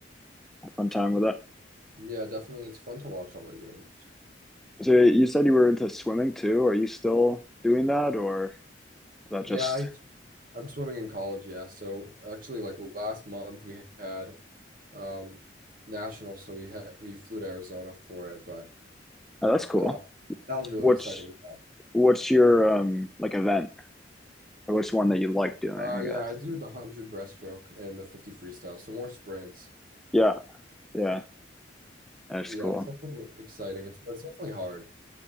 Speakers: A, in the centre; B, on the right (about 50°).
A: Fun time with it.
B: yeah, definitely. It's fun to watch all the games.
A: So you said you were into swimming too. Are you still doing that or is that
B: Yeah,
A: just
B: I I'm swimming in college, yeah. So actually like last month we had um nationals, so we had we flew to Arizona for it, but
A: oh, that's cool.
B: uh that was really
A: What's
B: exciting. yeah.
A: what's your um like event or what's one that you like doing,
B: Uh,
A: I
B: yeah,
A: guess.
B: I do the 100 breaststroke and the 50 freestyle, so more sprints.
A: Yeah, yeah. That's
B: Yeah,
A: cool.
B: it's definitely exciting. It's, it's definitely hard.